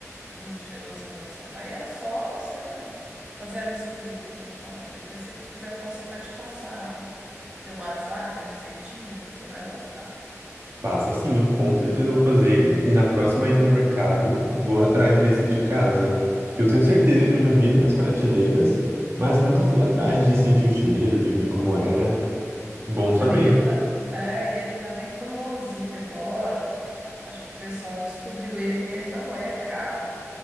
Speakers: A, on the right (about 20°); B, on the right (about 50°).
A: um de um cheirosinho gostando. Aí é só você fazer a misturinha que eu tô te falando. Depois, se você quiser, eu posso até te passar pelo WhatsApp a receitinha, você vai gostar.
B: Passa sim, eu com certeza vou fazer. E na próxima ida no mercado, vou atrás desse de casa. Porque eu tenho certeza que eu já vi ele nas prateleiras, mas nunca fui atrás de sentir o cheiro, de ver como era. Bom saber.
A: Não, e ele tá,
B: <laughs>
A: é, e ele tá bem famosinho agora. Acho que o pessoal descobriu ele e ele não é caro.